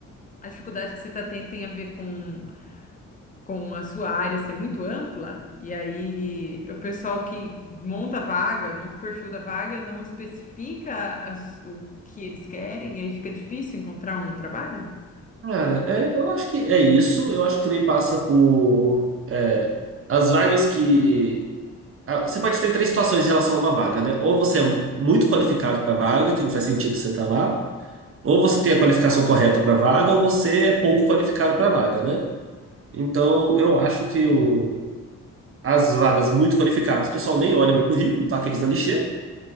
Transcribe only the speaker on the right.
Cara, é, eu acho que é isso. Eu acho que também passa por. é, as vagas que. ah, Você pode ter três situações em relação a uma vaga, né? Ou você é muito qualificado pra vaga, que não faz sentido você estar lá. Ou você tem a qualificação correta pra vaga, ou você é pouco qualificado pra vaga, né? Então, eu acho que o- as vagas muito qualificadas, o pessoal nem olha meu currículo, tá aqueles na lixeira.